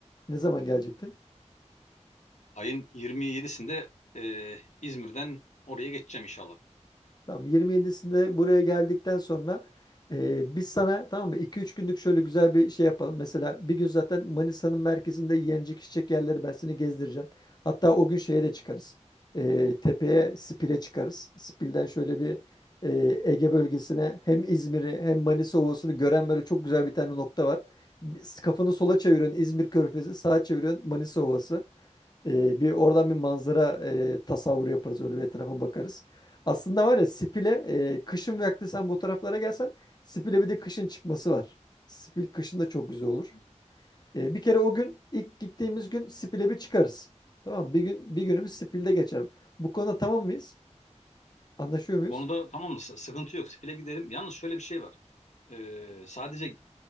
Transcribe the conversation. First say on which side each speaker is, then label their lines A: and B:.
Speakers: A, on the left; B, on the left.
A: Ne zaman gelecektin?
B: Ayın 27'sinde e, İzmir'den oraya geçeceğim inşallah.
A: Tamam 27'sinde buraya geldikten sonra e, biz sana tamam mı 2 üç günlük şöyle güzel bir şey yapalım. Mesela bir gün zaten Manisa'nın merkezinde yenecek içecek yerleri ben seni gezdireceğim. Hatta o gün şeye de çıkarız. E, tepeye Spil'e çıkarız. Spil'den şöyle bir e, Ege bölgesine hem İzmir'i hem Manisa Ovası'nı gören böyle çok güzel bir tane nokta var. Kafanı sola çeviriyorsun İzmir Körfezi, sağa çeviriyorsun Manisa Ovası. Ee, bir oradan bir manzara e, tasavvuru yaparız öyle bir etrafa bakarız. Aslında var ya Spil'e e, kışın vakti sen bu taraflara gelsen Spil'e bir de kışın çıkması var. Spil kışın da çok güzel olur.
B: Hı.
A: E, bir kere o gün ilk gittiğimiz gün Spil'e bir çıkarız. Tamam mı? bir gün bir günümüz Spil'de geçer. Bu konuda tamam mıyız? Anlaşıyor muyuz?
B: Bu konuda tamam mı? S- Sıkıntı yok. Spil'e giderim. Yalnız şöyle bir şey var. E, sadece